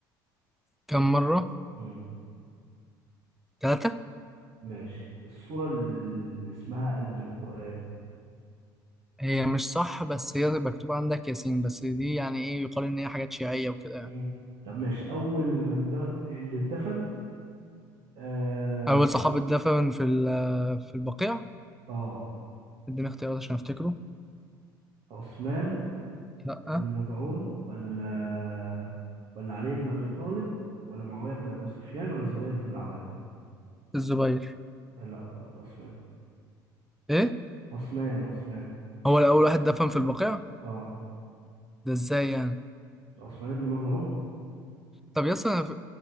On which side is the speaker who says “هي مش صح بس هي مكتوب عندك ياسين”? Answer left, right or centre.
Centre